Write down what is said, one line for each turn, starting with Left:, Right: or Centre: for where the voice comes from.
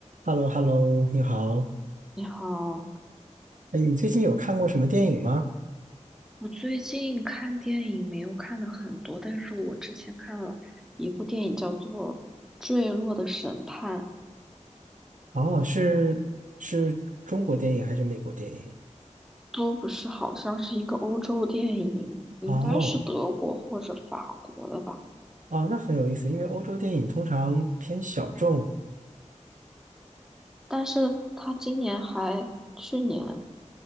Right: h e l l o h e l l o 你好。
Centre: 你好，
Right: 哎，你最近有看过什么电影吗？
Centre: 我最近看电影没有看的很多，但是我之前看了一部电影叫做《坠落的审判》，
Right: 哦，是是中国电影还是美国电影？
Centre: 都不是，好像是一个欧洲电影，应该是德国或者法国的吧。
Right: 哦哦，那很有意思，因为欧洲电影通常偏小众，
Centre: 但是他今年还，去年